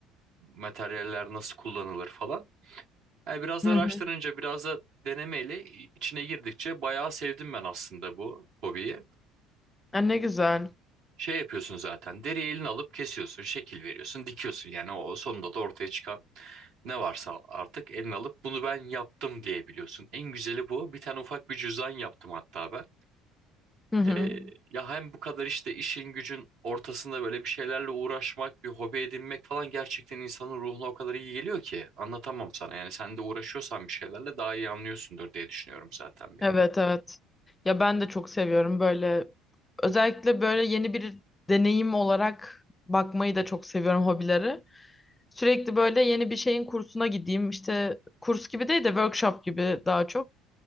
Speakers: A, on the right; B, on the left.
A: materyaller nasıl kullanılır falan. Yani biraz
B: Hı
A: araştırınca,
B: hı.
A: biraz da denemeyle içine girdikçe bayağı sevdim ben aslında bu hobiyi.
B: Ha, ne güzel.
A: Şey yapıyorsun zaten, deriyi eline alıp kesiyorsun, şekil veriyorsun, dikiyorsun. Yani o sonunda da ortaya çıkan ne varsa artık eline alıp bunu ben yaptım diyebiliyorsun. En güzeli bu. Bir tane ufak bir cüzdan yaptım hatta ben.
B: Hı hı.
A: Ee, ya hem bu kadar işte işin gücün ortasında böyle bir şeylerle uğraşmak, bir hobi edinmek falan gerçekten insanın ruhuna o kadar iyi geliyor ki anlatamam sana. Yani sen de uğraşıyorsan bir şeylerle daha iyi anlıyorsundur diye düşünüyorum zaten beni.
B: Evet evet. Ya ben de çok seviyorum böyle özellikle böyle yeni bir deneyim olarak bakmayı da çok seviyorum hobileri. Sürekli böyle yeni bir şeyin kursuna gideyim. İşte kurs gibi değil de workshop gibi daha çok.